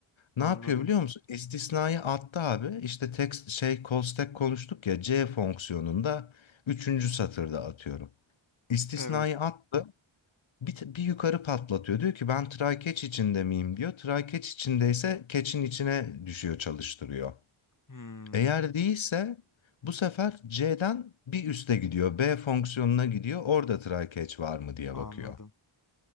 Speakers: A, on the left (about 75°); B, on the left (about 40°).
A: Ne
B: Anladım.
A: yapıyor biliyor musun? İstisnayı attı abi. İşte text şey call stack konuştuk ya C fonksiyonunda üçüncü satırda atıyorum. İstisnayı
B: Evet.
A: attı. Bir, bir yukarı patlatıyor. Diyor ki ben try-catch içinde miyim diyor. Try-catch içindeyse catch'in içine düşüyor çalıştırıyor.
B: Hmm,
A: Eğer değilse bu sefer C'den bir üste gidiyor. B fonksiyonuna gidiyor. Orada try-catch var mı diye
B: anladım.
A: bakıyor.